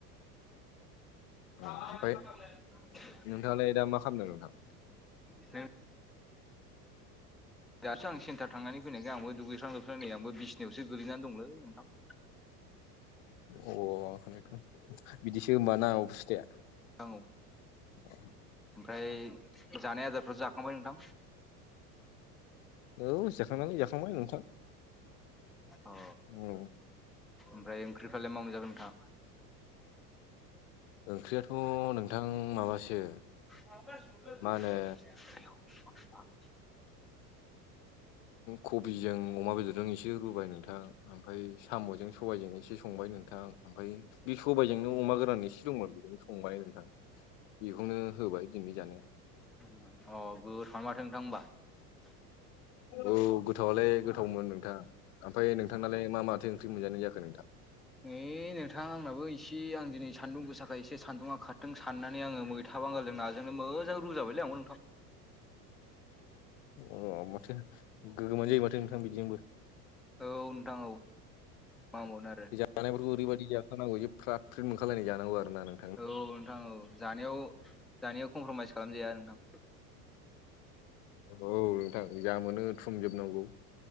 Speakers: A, in the centre; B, on the left.
A: <unintelligible>
B: अ ओमफ्राय नोंथाङालाय दा मा खालामदों नोंथां
A: दासो आं सेन्टार थांनानै फैनायखाय आंबो दुगैस्रां लोबस्रां नै आंबो बिसिनायावसो गोलैनानै दंलै नोंथां। <inaudible>
B: अ बिदिसो होमबा ना अबुस्थाया।
A: आं औ
B: अ
A: ओमफ्राय जानाय आदारफोरा जाखांबाय नोंथां।
B: औ जाखांनानै जाखांबाय नोंथां
A: अ
B: औ
A: ओमफ्राय ओंख्रिफ्रालाय मा मोनजाखो नोंथां।
B: ओंख्रियाथ' नोंथां माबासो
A: <inaudible>
B: मा होनो कबिजों अमा बेदरजों एसे रुबाय नोंथां आमफाय साम'जों सबायजों एसे संबाय नोंथां। ओमफाय बे सबाइजोंनो अमा गोरान एसे दंमोन बेखौबो संबाय नोंथां। बेखौनो होबाय दिनै जानाया।
A: अ गोथावआनो माथो नोंथां ओमबा।
B: औ गोथावलाय गोथावमोन नोंथां ओमफाय नोंथांआलाय मा माथो ओंख्रि मोनजानाय जाखो नोंथां।
A: नै नोंथां आंनाबो एसे आं दिनै सान्दुं गोसाखाय एसे सान्दुंङा खारदों साननानै आङो मो था बांगाल जों नाजोंनो मोजां रुजाबायलै आंबो नोंथां।
B: अ माथो गोगोमानो जायो माथो नोंथां बिदिजोंबो।
A: औ नोंथां औ मा ओनबावनो आरो।
B: जानायफोरखौ ओरैबायदि जाखा नांगौ जे फ्राद फ्रिद मोनखालाय जानांगौ आरो ना नों
A: औ नोंथां औ जानायाव जानायाव कमप्रमाइस खालामजाया नोंथां।
B: औ नोंथां जा मोनो थुमजोबनांगौ।